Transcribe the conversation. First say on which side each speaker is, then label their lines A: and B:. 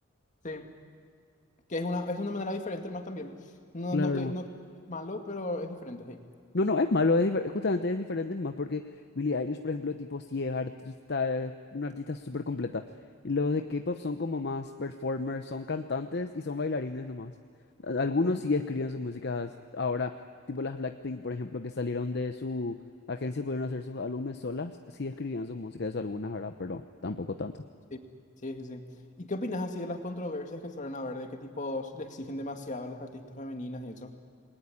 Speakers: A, on the left (about 35°); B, on the left (about 50°).
A: Sí, que es una, es una manera diferente más también. No,
B: Claro.
A: no estoy, no es malo, pero es diferente, hey.
B: No, no, es malo, es difer- justamente es diferente nomás porque Billie Eilish, por ejemplo, tipo, sí es artista, es una artista súper completa. Los de K-pop son como más performers, son cantantes y son bailarines nomás. A- Algunos
A: Ujú.
B: sí escriben sus músicas ahora, tipo las Blackpink, por ejemplo, que salieron de su agencia, pudieron hacer sus álbumes solas, sí escribían sus músicas, eso algunas, ¿verdad? Pero tampoco tanto.
A: Sí, sí, sí. sí. ¿Y qué opinas así de las controversias que suelen haber, de qué tipos le exigen demasiado a las artistas femeninas y eso?